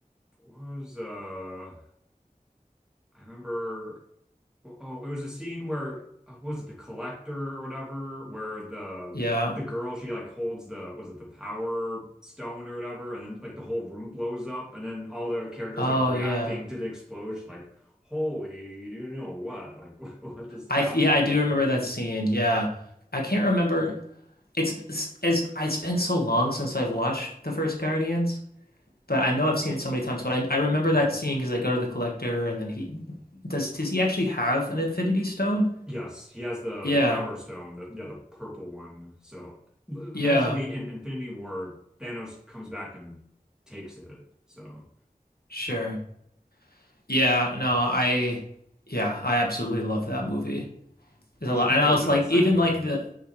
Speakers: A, in the centre; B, on the left.
A: what was uh I remember oh, it was a scene where uh, what was it the collector or whatever where the
B: yeah.
A: the girl she like holds the was it the power stone or whatever and then like the whole room blows up and then all the characters
B: Oh
A: like reacting
B: yeah.
A: to the explosion like holy you know what like <laughs> what just
B: I
A: happened
B: yeah, I do remember that scene. Yeah. I can't remember. It's, it's as it's been so long since I've watched the first Guardians, but I know I've seen it so many times, but I I remember that scene because they go to the collector and then he does does he actually have an Infinity Stone?
A: Yes, he has the
B: Yeah.
A: the Power Stone, the yeah, the purple one. So eventually
B: Yeah.
A: in Infinity War, Thanos comes back and takes it. So
B: Sure. Yeah, no, I yeah, I absolutely love that movie. There's
A: what'd
B: a lot.
A: you think
B: And I
A: of
B: was
A: the
B: like
A: second
B: even
A: one?
B: like the